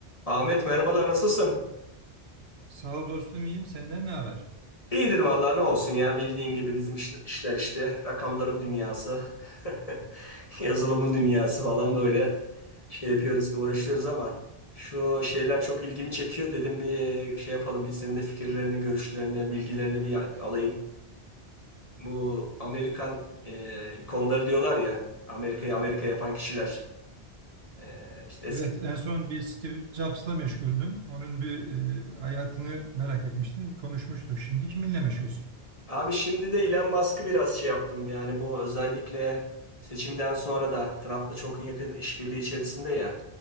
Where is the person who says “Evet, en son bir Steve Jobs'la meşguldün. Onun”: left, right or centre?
Right